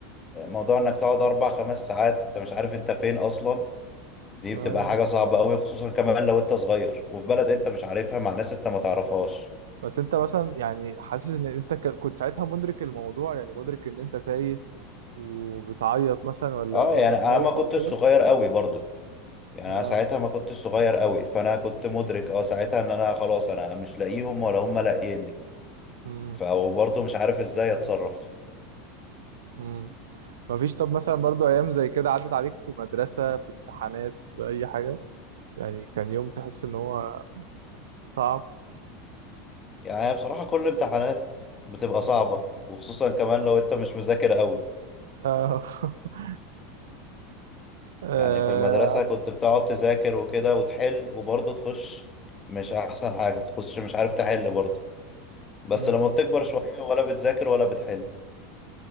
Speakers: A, on the left (about 25°); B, on the right (about 70°).
A: موضوع إنك تقعد أربع خمس ساعات أنت مش عارف أنت فين أصلا دي
B: آه
A: بتبقى حاجة صعبة أوي خصوصا كمان لو أنت صغير وفي بلد أنت مش عارفها مع ناس أنت ما تعرفهاش
B: بس أنت مثلا يعني حاسس إن أنت ك- كنت ساعتها مدرك الموضوع يعني مدرك إن أنت تايه وبتعيط مثلا ولا
A: اه
B: ولا
A: يعني
B: خايف
A: انا ما كنتش
B: أو كده
A: صغير قوي برضو يعني
B: اه
A: انا ساعتها ما كنتش صغير قوي فانا كنت مدرك اه ساعتها ان انا خلاص انا مش لاقيهم ولا هم لاقيني
B: امم
A: فبرضو مش عارف ازاي اتصرف
B: امم مفيش طب مثلا برضو ايام زي كده عدت عليك في مدرسة في امتحانات في اي حاجة يعني كان يوم تحس ان هو صعب
A: يعني هي بصراحة كل امتحانات بتبقى صعبة وخصوصا كمان لو انت مش مذاكر قوي
B: اه <laughs> آه،
A: يعني في المدرسة كنت بتقعد تذاكر وكده وتحل وبرضو تخش مش احسن حاجة تخش مش عارف تحل برضو بس
B: امم
A: لما بتكبر شوية ولا بتذاكر ولا بتحل